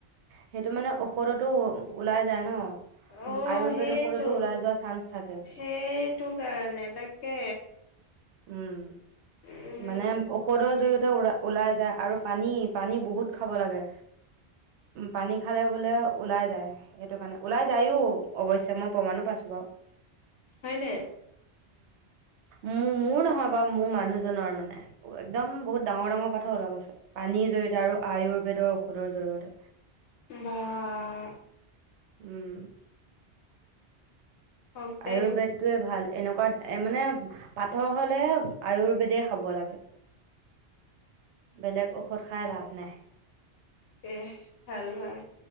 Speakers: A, on the right; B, on the left.
A: সেইটো মানে অ ঔষধতো ওলাই যায় ন
B: অ'
A: আয়ুৰ্বেদ
B: সেইটো
A: ঔষধতো ওলাই যোৱা চান্স থাকে
B: সেইটো কাৰণে তাকে
A: উম
B: উম
A: মানে ঔষধৰ জৰিয়তে ওলাই যায় আৰু পানী পানী বহুত খাব লাগে পানী খালে বোলে ওলাই যায় সেইটো কাৰণে ওলাই যায়ো অৱশ্যে মই প্ৰমাণো পাইছো বাৰু
B: হয়নে?
A: উ ম মোৰ নহয় বাৰু মোৰ মানুহজনৰ মানে একদম বহুত ডাঙৰ ডাঙৰ পাথৰ ওলোৱা গৈছে পানীৰ জৰিয়তে আৰু আয়ুৰ্বেদৰ ঔষধৰ জৰি়য়তে
B: বাহ
A: উম
B: হওক দে
A: আয়ুৰ্বেদটোয়ে ভাল এনেকুৱা ত মানে পাথৰ হলে আয়ুৰ্বেদে খাব লাগে বেলেগ ঔষধ খাই লাভ নাই
B: দে ভাল ভাল।